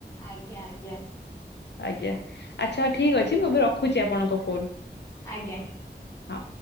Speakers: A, on the left (about 15°); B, on the left (about 75°).
A: ଆଜ୍ଞା ଆଜ୍ଞା।
B: ଆଜ୍ଞା ଆଚ୍ଛା ଠିକେ ଅଛି ମୁଁ ଏବେ ରଖୁଛି ଆପଣଙ୍କ ଫୋନ୍।
A: ଆଜ୍ଞା।
B: ହଁ।